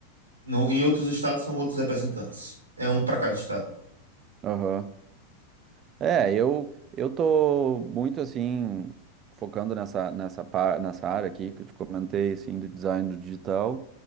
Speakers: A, on the right; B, on the right.
A: No, em outros estados são outros representantes. É um para cada estado.
B: Aham. É, eu eu tô muito assim focando nessa nessa par- nessa área aqui que eu te comentei assim do design do digital,